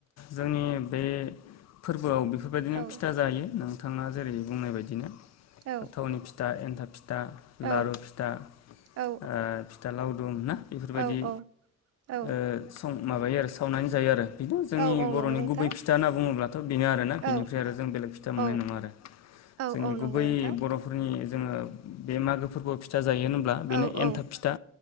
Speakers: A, on the left (about 60°); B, on the right (about 55°).
A: जोंनि बे फोरबोआव बेफोरबायदिनो
B: औ
A: फिथा जायो नोंथाङा जेरै बुंनाय बायदिनो
B: औ
A: थावनि फिथा एन्थाब फिथा लारु
B: औ
A: फिथा ओ
B: औ
A: फिथा लावदुम ना बेफोरबायदि
B: औ औ औ
A: ओ सं माबायो आरो सावनानै जायो आरो बिनो जोंनि
B: औ औ
A: बर'नि
B: नंगौ नोंथां
A: गुबै फिथा होनना बुङोब्ला। बेनो आरोना बेनिफ्राय
B: औ
A: आरो जों बेलेग फिथा मोननाय
B: औ
A: नङा आरो
B: औ
A: जोंनि
B: औ नंगौ
A: गुबै
B: नोंथां
A: बर' फोरनि जोङो बे मागो फोरबोआव फिथा जायो होनब्ला बेनो
B: औ
A: एन्थाब
B: औ
A: फिथा